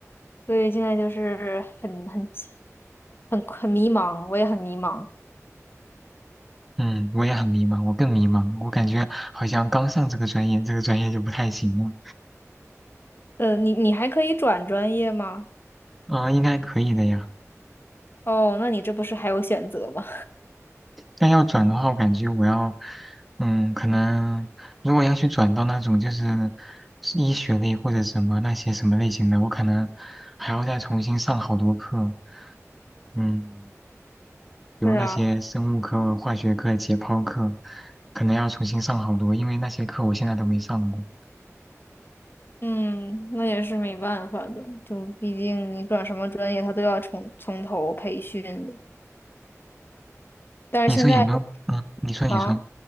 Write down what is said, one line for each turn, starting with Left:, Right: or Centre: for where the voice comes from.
Left: 所以现在就是很很很很迷茫，我也很迷茫。
Centre: 嗯，我也很迷茫，我更迷茫，我感觉好像刚上这个专业，这个专业就不太行了。
Left: 呃，你你还可以转专业吗？
Centre: 啊、应该可以的呀。
Left: 哦，那你这不是还有选择吗？
Centre: 但要转的话，我感觉我要，嗯，可能如果要去转到那种就是是医学类或者什么那些什么类型的，我可能还要再重新上好多课，嗯，比如那些生物课、
Left: <laughs> 是啊，
Centre: 化学课、解剖课，可能要重新上好多，因为那些课我现在都没上过。
Left: 嗯，那也是没办法的，就毕竟你转什么专业，他都要从从头培训的。但是现在
Centre: 你说有没有？嗯，你说你说。
Left: 啊。